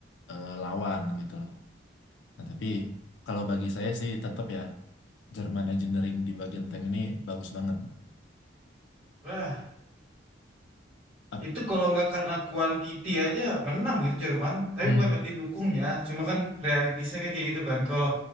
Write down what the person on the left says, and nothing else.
eh, lawan gitu Nah, tapi kalau bagi saya sih tetap ya German Engineering di bagian tank ini bagus banget.
Ap-
Hmm.